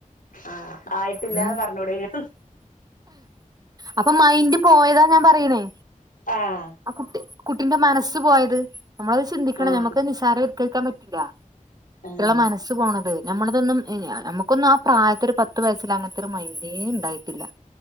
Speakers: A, on the left; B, on the right.
A: ആഹ് ആയിട്ടില്ലാന്ന്
B: ഉ
A: പറഞ്ഞൂടേനോ
B: അപ്പോ മൈൻഡ് പോയതാ ഞാൻ പറയണേ
A: ആഹ്
B: ആ കുട്ടി കുട്ടിന്റെ മനസ് പോയത് നമ്മളത് ചിന്തിക്കണം
A: ആഹ്
B: നമ്മക്ക് നി <unintelligible> പറ്റൂല. കുട്ടികളെ
A: ആഹ്
B: മനസ് പോണത് നമ്മളതൊന്നും നമുക്കൊന്നും ആ പ്രായത്തൊരു പത്ത് വയസ്സിൽ അങ്ങനത്തെ ഒരു മൈൻഡേ ഉണ്ടായിട്ടില്ല.